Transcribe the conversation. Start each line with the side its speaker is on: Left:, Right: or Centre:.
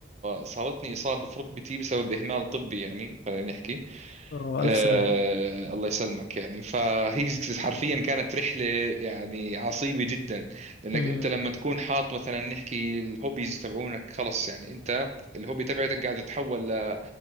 Right: صارتني إصابة في ركبتي بسبب إهمال طبي يعني خلينا نحكي
Left: آه
Right: آه
Left: ألف سلامة
Right: الله يسلمك يعني فهي حرفيا كانت رحلة يعني عصيبة جدا لأنك
Left: أمم،
Right: أنت لما تكون حاط مثلا نحكي الهوبيز تبعونك خلص يعني أنت الهوبي تبعتك قاعد تتحول ل-